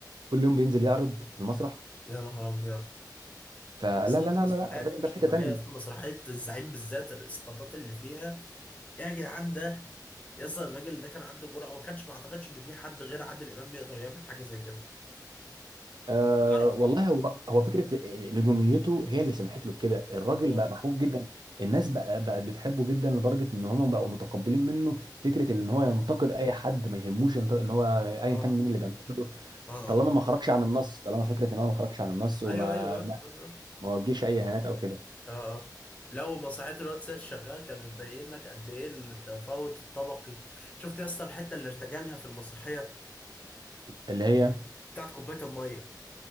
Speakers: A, on the right (about 75°); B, on the left (about 20°).
A: كل يوم بينزل يعرض في المسرح
B: يا نهار ابيض
A: فلا
B: دي اصلا
A: لا لا
B: المسرحيه
A: لا لا الراجل
B: دي مش
A: ده في
B: طبيعيه
A: حته تانيه
B: اصلا مسرحيه الزعيم بالذات الاسقاطات اللي فيها يا جدعان ده يس الراجل ده كان عنده جرأة ما كانش ما اعتقدش ان في حد غير عادل امام يقدر يعمل حاجة زي كده
A: أه
B: جرأة
A: والله هو هو فكره نجوميته هي اللي سمحت له بكده الراجل
B: اه
A: بقى محبوب جدا الناس بقى بقت بتحبه جدا لدرجه ان هم بقوا متقبلين منه فكره ان هو ينتقد اي حد ما يهموش ينتقد ان هو ايا
B: اه
A: كان مين اللي بينتقده
B: اه
A: طالما
B: آه.
A: ما خرجش عن النص طالما فكره ان هو ما خرجش عن النص وما
B: ايوه ايوه اه
A: ما
B: اه
A: ما وجهش اي اهانات او كده
B: آه، آه. آه. لو مصحات الواد سيد شغال كان بيبين لك قد ايه التفاوت الطبقي شفت يا اسطى الحتة اللي ارتجلها في المسرحية
A: اللي هي
B: بتاعت كوباية المية